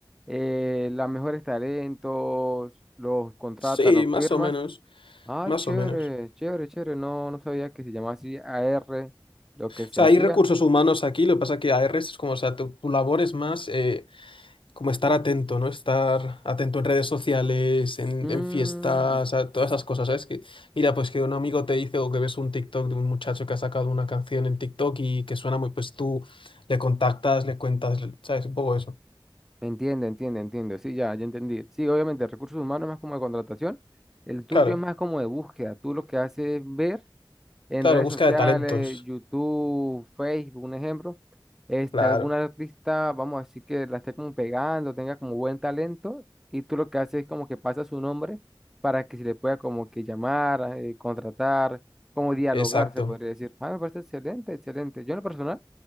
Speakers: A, in the centre; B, on the left (about 80°).
A: eh, los mejores talentos, los contrata
B: Sí,
A: los
B: más
A: firmas.
B: o menos,
A: Ah,
B: más
A: chévere,
B: o menos.
A: chévere, chévere. No, no sabía que se llamaba así A R lo
B: O
A: que se
B: sea,
A: hacía.
B: hay recursos humanos aquí, lo que pasa es que AR es como, o sea, tu, tu labor es más eh, como estar atento, ¿no? Estar atento en redes sociales, en,
A: Mm,
B: en fiestas, a todas esas cosas, ¿sabes? Que, mira, pues que un amigo te dice o que ves un TikTok de un muchacho que ha sacado una canción en TikTok y que suena muy, pues tú le contactas, le cuentas, le- ¿sabes? Un poco eso.
A: entiendo, entiendo, entiendo. Sí, ya, ya entendí. Sí, obviamente, recursos humanos es más como de contratación. El tuyo
B: Claro,
A: es más como de búsqueda. Tú lo que haces es ver. en
B: claro,
A: redes
B: busca
A: sociales,
B: de talentos.
A: YouTube, Facebook, un ejemplo, este,
B: Claro,
A: algún artista, vamos a decir que la esté como pegando, tenga como buen talento, y tú lo que haces es como que pasa su nombre para que se le pueda como que llamar, eh, contratar, como dialogar,
B: exacto.
A: se podría decir. Ah, me parece excelente, excelente. Yo en lo personal,